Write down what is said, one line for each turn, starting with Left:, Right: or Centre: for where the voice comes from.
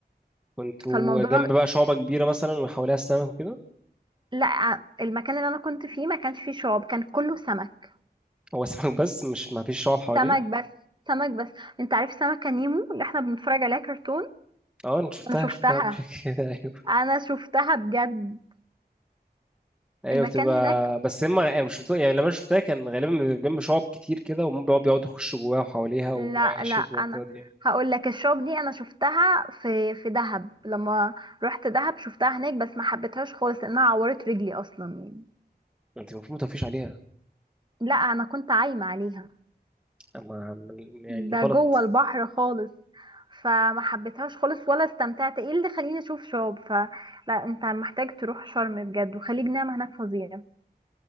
Centre: كنتوا
Right: فالموضوع
Centre: جنب بقى شعبه كبيره مثلا وحواليها السمك وكده
Right: لا المكان اللي انا كنت فيه ما كانش فيه شعاب كان كله سمك
Centre: هو سمك بس مش ما فيش شعب حواليه
Right: سمك بس سمك بس انت عارف سمكة نيمو اللي احنا بنتفرج عليها كرتون
Centre: اه انا شفتها
Right: انا شفتها
Centre: شفتها قبل كده <laughs> ايوه
Right: انا شفتها بجد
Centre: ايوه
Right: المكان
Centre: بتبقى
Right: هناك
Centre: بس هما يعني مش شفتها يعني لما أنا شفتها كان غالبا بيبقى جنب شعب كتير كده وهم بيقعدوا بيقعدوا يخشوا جواها وحواليها وبيبقوا
Right: لا
Centre: عايشين
Right: لا انا
Centre: في المنطقه دي يعني
Right: هقول لك الشوب دي انا شفتها في في دهب لما رحت دهب شفتها هناك بس ما حبيتهاش خالص لانها عورت رجلي اصلا يعني
Centre: انت المفروض ما تطفيش عليها
Right: لا انا كنت عايمه عليها
Centre: اما يعني
Right: ده
Centre: غلط
Right: جوه البحر خالص فما حبيتهاش خالص ولا استمتعت ايه اللي خليني اشوف شوب فلا انت محتاج تروح شرم بجد وخليج نعمة هناك فظيع